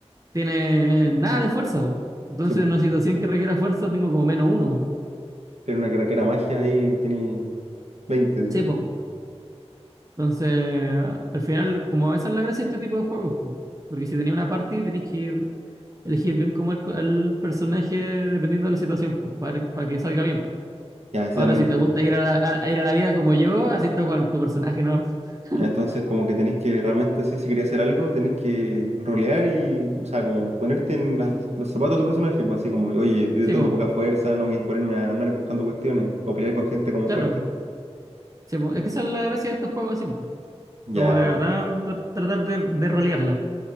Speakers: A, on the right; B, on the right.
A: tiene nada de fuerza, po. Entonces,
B: Sí, pues.
A: en una situación que requiera fuerza, tengo como menos uno, po.
B: Pero una carrera magia ahí tenía 20 sí.
A: Sí, po. Entonces, al final, como esa es la gracia de este tipo de juegos, po. Porque si tenía una party, tenéis que ir, elegir bien como el, el personaje dependiendo de la situación, po, para, para que salga bien, po.
B: Ya, sí,
A: Ahora,
B: también
A: si te gusta ir a la, a- a ir a la vida como yo, así está con tu personaje, ¿no? <laughs>
B: Entonces, como que tenéis que realmente, así, si quería hacer algo, tenéis que rolear y, o sea, como ponerte en las- los zapatos de tu personaje, pues así como, oye, yo
A: Sí,
B: tengo
A: po.
B: poca fuerza, no voy a ponerme a andar empujando cuestiones o pelear con gente como
A: Claro.
B: fuerte.
A: Sí, po. Es que esa es la gracia de estos juegos así, po.
B: Ya,
A: Como de verdad
B: o-
A: tra- tratar de, de rolearla.